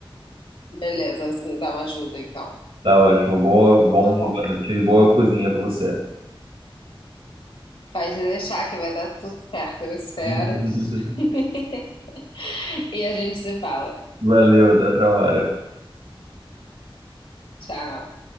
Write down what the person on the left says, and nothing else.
Beleza, você me dá uma ajuda então.
Então
tá bom.
Pode deixar que vai dar tudo certo, eu espero.
<laughs> E a gente se fala.
Tchau.